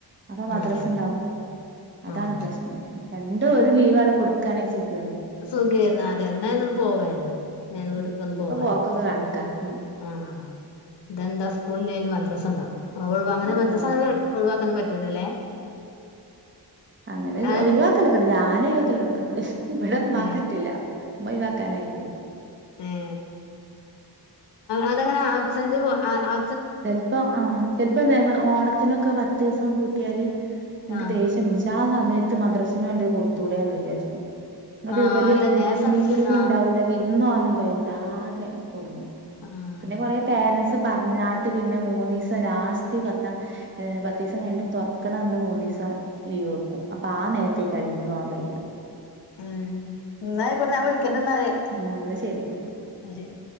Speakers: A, on the right (about 30°); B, on the left (about 80°).
A: അപ്പൊ മദ്രസ്
B: ആഹ്
A: ഇണ്ടാവും. അതാണ്
B: ആഹ്
A: പ്രശ്നം, രണ്ടും ഒരു ലീവാണ് കൊടുക്കാണേ സുഖേന്നൂ.
B: സുഖേരുന്നു അതെ എന്നാന്ന് പോവായ്ര്ന്നു
A: ഉം ഇതിപ്പോ
B: പോവാലോ
A: പോക്കൊക്കെ കണക്കാ ഉം
B: ആ ആ ആ. സ്കൂളില്ലെലും മദ്രസ ഇണ്ടാവും, അങ്ങനെ
A: അതന്നെ
B: മദ്രാസ അങ്ങനെ ഒഴിവാക്കാനും പറ്റൂലല്ലേ.
A: അങ്ങനെയ
B: അത്
A: ഒഴിവാക്കലൊക്കെണ്ട് ഞ <unintelligible>
B: ഏഹ് ഉം. അതങ്ങനെ ആബ്സന്റ് ആ ആ.
A: ചെലപ്പോ ആ ചെലപ്പോ ഇതേപോ ഓണത്തിനൊക്കെ പത്തീസം പൂട്ടിയാല് ഇൻക്ക്
B: ആഹ്
A: ദേഷ്യം പിടിച്ചും ആ സമയത്ത് മദ്രസ്ന് വേണ്ടി കൊടുത്തൂടെന്ന് വിചാരിക്കും. ന്നട്ട്
B: ആഹ്
A: ഇവല്
B: അതന്നെ ആ സമയത്ത്
A: ലീവൂണ്ടാവൂല്ല
B: ആഹ്
A: വിര്ന്നോവാനും കയ്യൂല ആകെ കുടുങ്ങും.
B: ആഹ്
A: പിന്നെ കൊറേ പേരൻസ് പറഞ്ഞാ പിന്നെ മൂന്നീസം ലാസ്റ്റ് പത്താം പത്തീസം കഴിഞ്ഞ്ട്ട് തൊറക്ക്ണന്ന് മൂന്നീസം ലീ അപ്പൊ ആ നേരത്തെ <unintelligible>
B: ഉം ന്ന ആയിക്കോട്ടെ ഞാൻ വിളിക്കണ്ട്ന്നാല്,
A: ആഹ് എന്നാ ശരി
B: ആ ശരി.